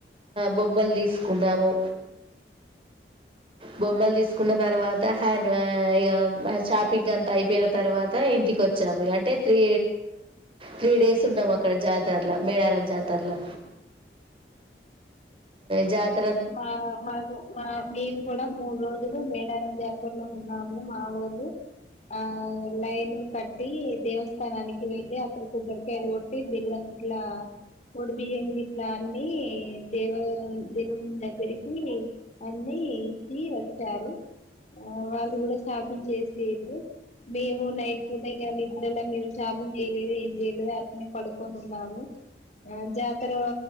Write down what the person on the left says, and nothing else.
మా మా మా మేము కూడా మూడు రోజులు మేడారం జాతరలో ఉన్నాము మా ఊళు ఆ లైన్ కట్టి దేవస్థానానికి వెళ్ళి అక్కడ కొబ్బరికాయలు కొట్టి బిల్లంట్లా వడిబియ్యం అట్లా అని ఇట్లా అన్ని దేవు ద దగ్గరికి అన్ని ఇచ్చి వచ్చారు ఆ వాళ్ళు కూడా షాపింగ్ చేసరు మేము నైట్ పుట ఇ నిద్రలా మీరు షాపింగ్ చేయలేదు ఏం చేయలేదు అట్నే పడుకొనిన్నాము ఆ జాతర